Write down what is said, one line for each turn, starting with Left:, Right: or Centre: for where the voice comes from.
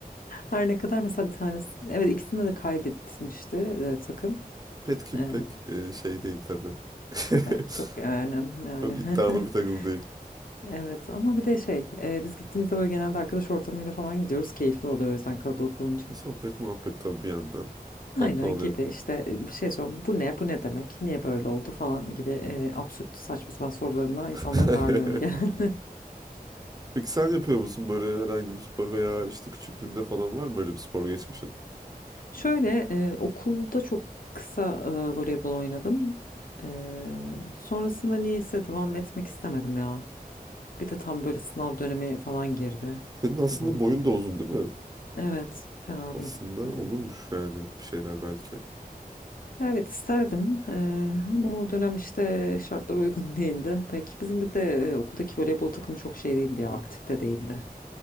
Left: Her ne kadar mesela bir tanesi evet ikisinde de kaybetmişti e, takım.
Right: Petkim
Left: Ee,
Right: pek e, şey değil tabii. <laughs>
Left: evet çok yani yani
Right: Çok iddialı bir takım
Left: <laughs> Evet ama bir de şey e, biz gittiğimizde böyle genelde arkadaş ortamıyla falan gidiyoruz keyifli oluyor o yüzden kalabalık olunca.
Right: Sohbet muhabbet tabii bir yandan. Tatlı
Left: Aynen
Right: oluyor.
Left: gibi işte e, bir şey sorun bu ne bu ne demek niye böyle oldu falan gibi e, absürt saçma sapan sorularımla
Right: <laughs>
Left: insanları darlıyorum gene.
Right: Peki sen yapıyor musun böyle herhangi bir spor veya işte küçüklüğünde falan var mı öyle bir spor geçmişin?
Left: <laughs> Şöyle e, okulda çok kısa e, voleybol oynadım. E, sonrasında niyeyse devam etmek istemedim ya. Bir de tam böyle sınav dönemi falan girdi
Right: Senin aslında
Left: gibi oldu.
Right: boyun da uzun değil mi?
Left: Evet fena
Right: Aslında
Left: değil yani.
Right: olurmuş yani bir şeyler belki.
Left: Evet isterdim e, ama o dönem işte şartlar uygun <laughs> değildi. Belki bizim bir de e, okuldaki voleybol takımı çok şey değildi ya aktif de değildi.